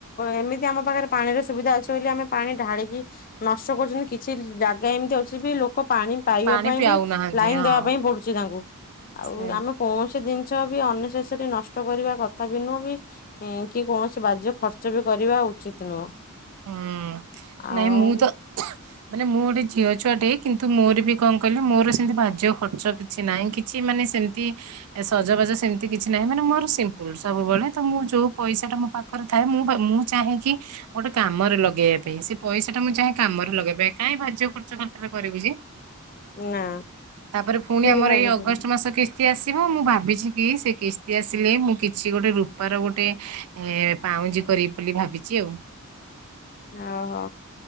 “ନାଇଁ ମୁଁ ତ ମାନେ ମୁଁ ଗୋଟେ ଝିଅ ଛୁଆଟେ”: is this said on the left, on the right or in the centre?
Right